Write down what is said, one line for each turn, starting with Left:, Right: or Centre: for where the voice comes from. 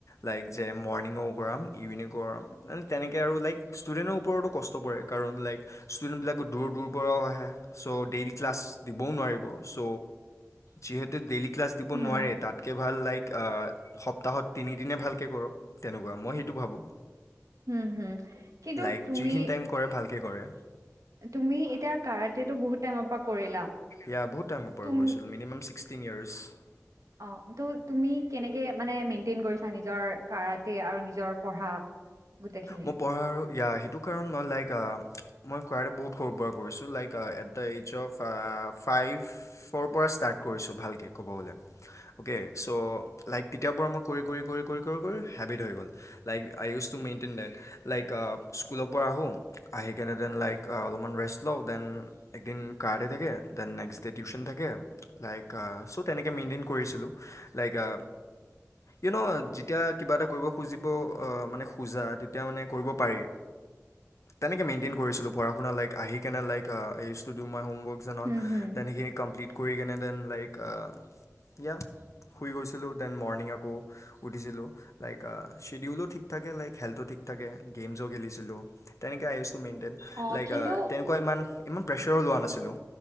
Left: লাইক যে মৰ্ণিং ন কৰাম ইভিনিং কৰাম মানে তেনেকৈ আৰু লাইক ষ্টুডেণ্টৰ ওপৰতো কষ্ট পৰে, কাৰণ লাইক ষ্টুডেণ্টবিলাকো দূৰ দূৰ পৰাও আহে চ' ডেইলী ক্লাছ দিবও নোৱাৰিব। চ', যিহেতু ডেইলী ক্লাছ দিব
Right: উম।
Left: নোৱাৰে তাত লাইক সপ্তাহত তিনিদিনে ভালকৈ কৰক, তেনেকুৱা। মই সেইটো ভাবোঁ।
Right: উম, হুম। কিন্তু
Left: লাইক
Right: তুমি,
Left: যিখিনি টাইম কৰে ভালকৈ কৰে
Right: তুমি এতিয়া কাৰাতেতো বহুত টাইমৰ পৰা কৰিলা
Left: ইয়া, বহুত টাইমৰ পৰা
Right: তুমি
Left: কৰিছিলোঁ, মিনিমাম চিক ছিক্সটিন ইয়াৰছ
Right: অ', ত' তুমি কেনেকে মানে মেইনটেইন কৰিছা নিজৰ কাৰাট তে আৰু নিজৰ পঢ়া। গোটেইখিনি?
Left: মই পঢ়াৰ সেইটো কাৰণ মই লাইক <unintelligible> মই কাৰাটে বহুত সৰুৰ পৰা কৰিছোঁ like at the age of ফাইভৰ পৰা ষ্টাৰ্ট কৰিছোঁ ভালকৈ ক'ব গ'লে অ'কে ছ' লাইক তেতিয়াৰ পৰা মই কৰি কৰি কৰি কৰি কৰি কৰি হেবিট হৈ গ'ল লাইক আ use to maintain that like স্কুলৰ পৰা আহোঁ আহি কেনে দেন লাইক অলপমান ৰেষ্ট লওঁ দেন একদিন কাৰাটে থাকে, দেন নেক্সট ডে টিউশন থাকে লাইক চ তেনেকে মেইন্টেইন কৰিছিলোঁ, লাইক আ ইউ নো যেতিয়া কিবা এটা কৰিব খুজিব অ মানে খোজা তেত তেতিয়া মানে কৰিব পাৰি। তেনেকৈ মেইনটেইন কৰিছিলোঁ, পঢ়া শুনা লাইক, আহি কেনে লাইক, আ‌ <unintelligible>
Right: উম
Left: <unintelligible>
Right: হুম।
Left: দেন সেইখিনি কমপ্লিট কৰি কিনে দেন লাইক, আ ইয়া শুই গৈছিলোঁ দেন মৰ্ণিং আকৌ উঠিছিলো লাইক শ্বিডিউলো ঠিক থাকে লাইক হেল্থো ঠিক থে গেম খেলিছিলো তেনে, টু মেইনটেইন,
Right: অ
Left: লাইক
Right: কিন্তু
Left: তেনেকুৱা ইমান-ইমান প্ৰেছাৰো লোৱা নাছিলোঁ।